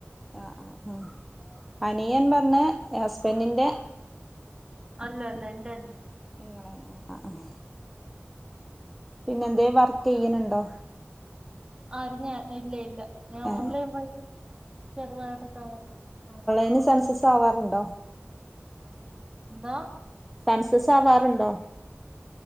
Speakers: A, in the centre; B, on the right.
A: ആഹ് ആഹ് ആഹ് അനിയൻ പറഞ്ഞ ഹസ്ബന്റിൻ്റെ
B: അല്ല അല്ല ഇന്റനിയൻ
A: ഇങ്ങളെ ആഹ് ആഹ് ആഹ് പിന്നെ എന്തേം വർക്കെയ്യ്ണ് ണ്ടോ
B: ആര് ഞാൻ ഇല്ല ഇല്ല ഞാൻ
A: ആ
B: ഓൺലൈൻ വഴി ചെറുതായിട്ടൊക്കെ വർക്ക്‌ ആഹ്
A: എനി സൺസിസ് പ്പാവാറുണ്ടോ
B: എന്തോ
A: സൺസിസ് ആവാറുണ്ടോ